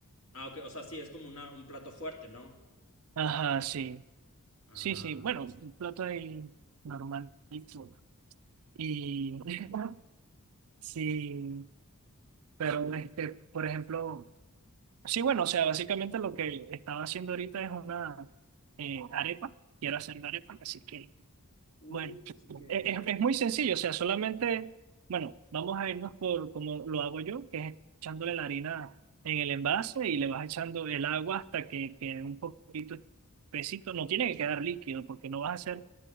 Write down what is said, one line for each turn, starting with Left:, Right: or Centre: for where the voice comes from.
Left: Ah, ok, o sea, sí, es como una, un plato fuerte, ¿no?
Right: Ajá, sí.
Left: Ah,
Right: Sí, sí, bueno,
Left: ok.
Right: un plato ahí normalito. Y <laughs> sí, pero este, por ejemplo, sí, bueno, o sea, básicamente lo que estaba haciendo ahorita es una eh, arepa. Quiero hacer una arepa, así que
Left: Uh,
Right: Bueno,
Left: sí que.
Right: e- es, es muy sencillo, o sea, solamente, bueno, vamos a irnos por como lo hago yo, que es echándole la harina en el envase y le vas echando el agua hasta que quede un poquito espesito. No tiene que quedar líquido porque no vas a hacer,